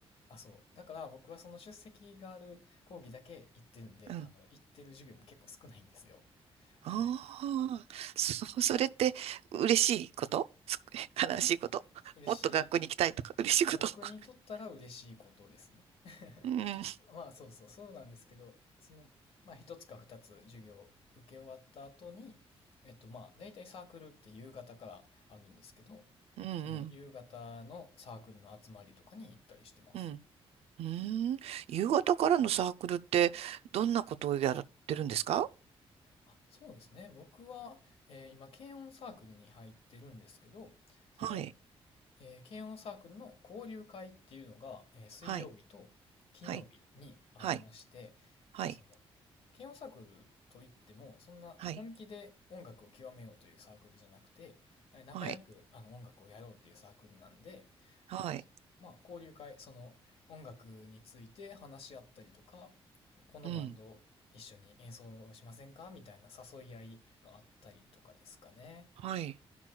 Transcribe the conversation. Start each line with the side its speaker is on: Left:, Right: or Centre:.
Left: あ、そう。だから僕はその出席がある講義だけ行ってるんで、
Right: うん。
Left: あの、行ってる授業も結構少ないんですよ。
Right: ああ、
Left: はい。
Right: そ、<laughs> それって嬉しいことす <laughs> 悲しいこともっと学校に行きたいとか、
Left: 嬉し
Right: 嬉しいこと
Left: あ僕にとったら嬉しいことですね。
Right: <laughs>
Left: <laughs>
Right: うん、
Left: まあそうそう、そうなんですけど、その、まあ一つか二つ授業を受け終わった後に、えっとまあ大体サークルって夕方からあるんですけど、
Right: うん、うん、
Left: その夕方のサークルの集まりとかに行ったりしてます。
Right: うん。うーん。夕方からのサークルって、どんなことをやってるんですか
Left: あ、そうですね。僕は、えー今、軽音サークルに入ってるんですけど、その
Right: はい。
Left: えー、軽音サークルの交流会っていうのが、えー水曜日と金曜日にありまして、
Right: はい。はい。はい。はい。
Left: まあその、軽音サークルといっても、そんな本気で音楽を極めようというサークルじゃなくて、
Right: はい。
Left: えー仲良くあの音楽をやろうっていうサークルなんで、
Right: はい。はい。
Left: そうまあ交流会、その音楽について話し合ったりとか、このバンド一緒に演奏しませんかみたいな誘い合いがあったりとかですかね。
Right: うん。はい。